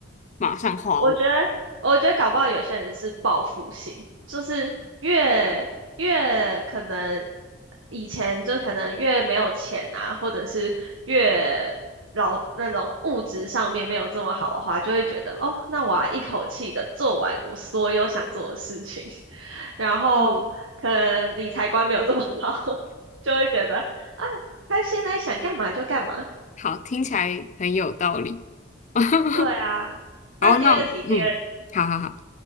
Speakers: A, on the left; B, on the right.
A: 马上花完？
B: 我觉得，我觉得搞不好有些人是报复性，就是越越可能以前就可能越没有钱啊，或者是越老那种物质上面没有这么好的话，就会觉得哦，那我要一口气的做完我所有想做的事情，<laughs> 然后可能理财观没有这么好，
A: 嗯，
B: <laughs> 就会觉得他现在想干嘛就干嘛。
A: 好，听起来很有道理。<laughs>
B: 对啊，那第二题，
A: 然后那嗯，
B: 第二题。
A: 好好好。